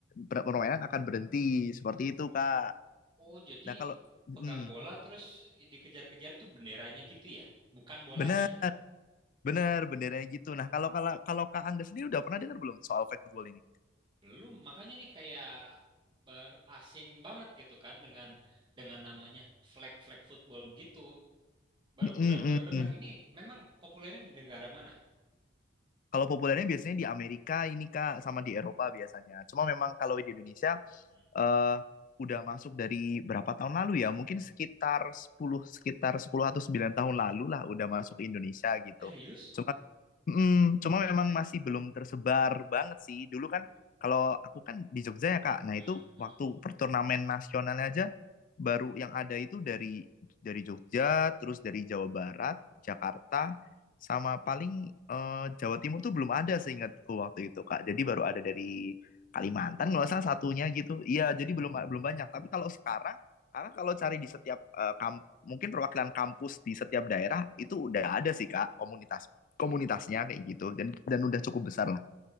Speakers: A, on the left (about 45°); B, on the right (about 25°).
A: per- permainan akan berhenti. Seperti itu, Kak.
B: Oh, jadi
A: Nah, kalau mm,
B: pegang bola terus dikejar-kejar tuh benderanya gitu ya? Bukan bolanya.
A: benar, benar benderanya gitu. Nah, kalau kalau kalau Kak Angga sendiri udah pernah dengar belum soal flag football ini?
B: Belum, makanya nih kayak baru asing banget gitu kan dengan dengan namanya flag flag football begitu. Baru
A: Mm, mm,
B: baru baru dengar
A: mm.
B: ini memang populernya di negara mana?
A: Kalau populernya biasanya di Amerika ini Kak, sama di Eropa biasanya. Cuma memang kalau di Indonesia
B: Hmm.
A: eh udah masuk dari berapa tahun lalu ya? Mungkin sekitar sepuluh, sekitar 10 atau 9 tahun lalu lah udah masuk Indonesia gitu.
B: Serius?
A: Cuma Mm, cuma memang masih belum tersebar banget sih. Dulu kan kalau aku kan di Jogja ya Kak. Nah
B: Hmm.
A: itu waktu
B: hmm,
A: perturnamen nasionalnya aja baru yang ada itu dari dari Jogja, terus dari Jawa Barat, Jakarta, sama paling eh, Jawa Timur tuh belum ada seingatku waktu itu Kak. Jadi
B: hmm.
A: baru ada dari Kalimantan nggak salah satunya gitu. Iya jadi belum belum banyak. Tapi kalau sekarang karena kalau cari di setiap eh, kamp- mungkin perwakilan kampus di setiap daerah itu udah ada sih Kak komunitas komunitasnya kayak gitu dan dan udah cukup besar lah.